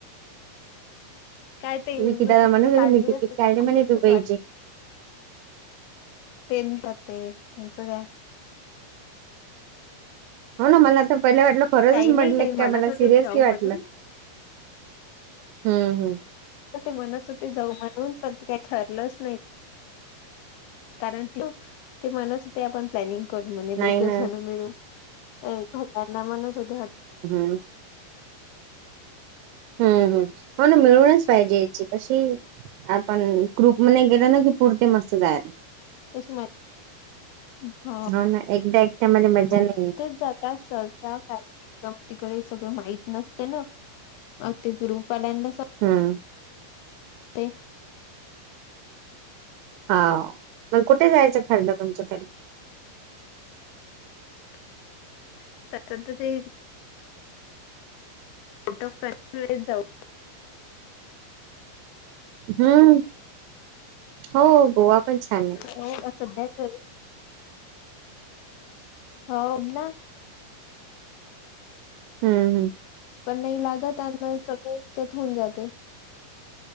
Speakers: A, on the left; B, on the right.
A: काय तेईलनी
B: विकी दादा म्हणत होते
A: काढली
B: मी तिकीट
A: अस
B: काढले
A: काढली
B: म्हणे
A: असेल
B: दुबईची
A: वा ते म्हतात ते त्यांचं काय
B: हो ना मला आता पहिलं वाटलं खरंचच
A: काही नाही
B: म्हटलं
A: ते म्हणत
B: का मला
A: होते
B: सिरियसली
A: जाऊ
B: वाटलं
A: म्हणून
B: हम्म हम्म
A: ते म्हणत होते जाऊ म्हणून पण काय ठरलंच नाही कारण ते म्हणत ते आपण प्लॅनिंग करू म्हणे
B: नाही
A: दोघे
B: ना
A: जणं मिळू ए भगवाना म्हणत होते
B: हम् हम्म हम् हो ना मिळूनच पाहिजे याची कशी पण क्रुप म गेलं ना की पुरते मस्त जायला
A: तेसम हा
B: हो ना एकट्या
A: <inaudible>
B: एकट्यामध्ये मजा
A: हो
B: नाही येत.
A: तेच जातात <inaudible> तिकडे सगळं माहित नस त ना आ ते प <unintelligible>
B: हम्म
A: ते
B: हा मग कुठे जायचं ठरलं तुमच्या तरी
A: <inaudible> तर तिथे फोटोमुळे जाऊ <inaudible>
B: हम्म हो गोवा पण छान आहे
A: हो सध्या कर हो ना
B: हम्म हम्
A: पण नाही लागत अलं सगळं हच्यात होऊन जाते